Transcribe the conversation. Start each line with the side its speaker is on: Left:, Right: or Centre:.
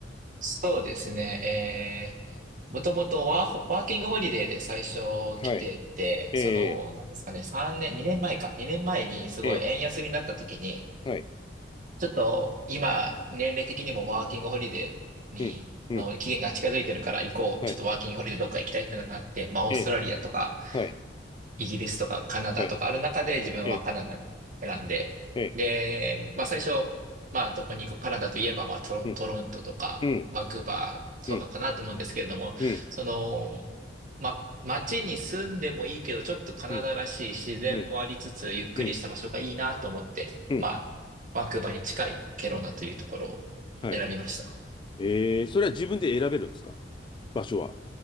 Right: そうですね。えーもともとワーホ、ワーキングホリデーで最初来てて、
Left: はい。ええ。
Right: その、なんですかね、3年、2年前か、2年前にすごい円安になった時に、
Left: ええ。はい。
Right: ちょっと今、年齢的にもワーキングホリデーに、
Left: うん。うん。
Right: の期限が近づいてるから行こう。
Left: はい。
Right: ちょっとワーキングホリデーどっか行きたいってのがあって、まあ、
Left: ええ。
Right: オーストラリアとか、
Left: はい。
Right: イギリスとかカナダとかある中で自分はカナダに選んで、
Left: はい。ええ。ええ。
Right: で、まあ最初、まあどこに行こう、カナダといえばまあトロン、
Left: うん。
Right: トロントとかバンクーバーとかかなと思うんですけれども、
Left: うん。うん。うん。
Right: その、まあ街に住んでもいいけど、ちょっとカナダらしい自然もありつつ、
Left: うん。うん。
Right: ゆっくりした場所がいいなと思って、
Left: うん。うん
Right: まあバンクーバーに近いケロナというところを選びました。
Left: はい。ええ。それは自分で選べるんですか場所は。